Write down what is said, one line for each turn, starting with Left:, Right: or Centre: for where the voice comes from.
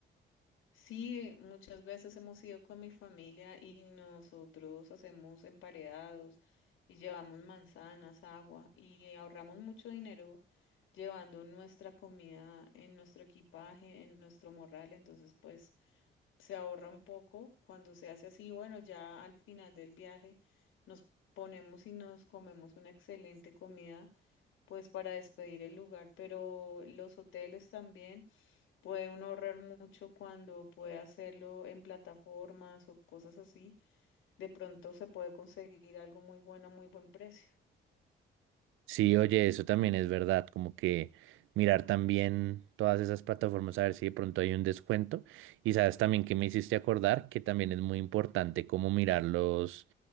Left: Sí, muchas veces hemos ido con mi familia y nosotros hacemos emparedados y llevamos manzanas, agua y ahorramos mucho dinero llevando nuestra comida en nuestro equipaje, en nuestro morral, entonces pues... se ahorra un poco cuando se hace así. Bueno, ya al final del viaje nos ponemos y nos comemos una excelente comida, pues para despedir el lugar, pero los hoteles también puede uno ahorrar mucho cuando puede hacerlo en plataformas o cosas así. De pronto se puede conseguir algo muy bueno a muy buen precio.
Right: Sí, oye, eso también es verdad, como que mirar también todas esas plataformas a ver si de pronto hay un descuento. Y sabes también que me hiciste acordar que también es muy importante como mirar los